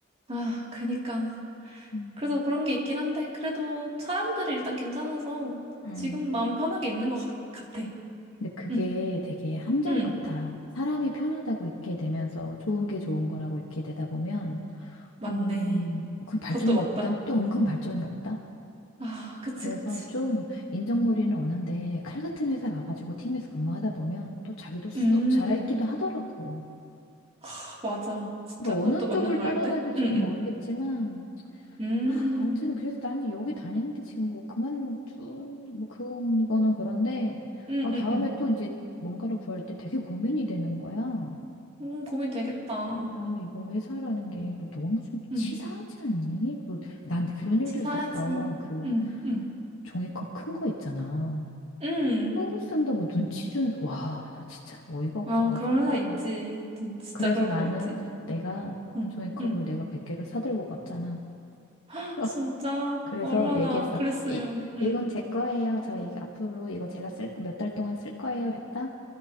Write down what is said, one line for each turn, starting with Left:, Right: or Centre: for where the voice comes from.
Right: 아, 그니까.
Left: 음.
Right: 그래서 그런 게 있긴 한데, 그래도 사람들이 일단 괜찮아서
Left: 음.
Right: 지금 마음 편하게 있는 것 같- 같아.
Left: 근데 그게
Right: 응,
Left: 되게 함정
Right: 응,
Left: 같아. 사람이 편하다고 있게 되면서 좋은 게 좋은 거라고 있게 되다 보면,
Right: 맞네.
Left: 음, 그 발전이
Right: 그것도 맞다.
Left: 없다. 또 은근 발전이 없다.
Right: 아, 그치,
Left: 그래서
Right: 그치.
Left: 좀 인정머리는 없는데 칼 같은 회사 가가지고 팀에서 근무하다 보면 또 자기도 쑥
Right: 음,
Left: 자라있기도 하더라고.
Right: 하, 맞아. 진짜
Left: 그러니까
Right: 그것도
Left: 어느
Right: 맞는
Left: 쪽을
Right: 말인데?
Left: 따라가야 될지는
Right: 응, 응.
Left: 모르겠지만,
Right: 음,
Left: 아, 아무튼 그래서 나는 여기 다니는데 지금 뭐 그만둔, 뭐 그거는 그런데,
Right: 응,
Left: 아,
Right: 응,
Left: 다음에
Right: 응.
Left: 또 이제 뭔가를 구할 때 되게 고민이 되는 거야.
Right: 음, 고민 되겠다.
Left: 야, 이거 회사라는 게 이거 너무 좀 치사하지
Right: 응,
Left: 않니? 그, 난 그런 일도
Right: 치사하지.
Left: 있었어. 그
Right: 응, 응,
Left: 종이컵 큰 거 있잖아.
Right: 응.
Left: 큰 거 쓴다고 눈치 준, 와, 나 진짜 어이가 없어가지고.
Right: 아, 그런 회사 있지. 진- 진짜
Left: 그래서
Right: 그런
Left: 나는
Right: 거 있지.
Left: 내가
Right: 응,
Left: 종이컵을
Right: 응.
Left: 내가 100개를 사들고 갔잖아.
Right: 헉,
Left: <laughs>
Right: 진짜
Left: 그래서
Right: 얼마나
Left: 얘기했어.
Right: 그랬으면.
Left: 이,
Right: 응,
Left: 이건 제 거예요. 저 이, 앞으로 이거 제가 쓸, 몇 달 동안 쓸 거예요. 했다?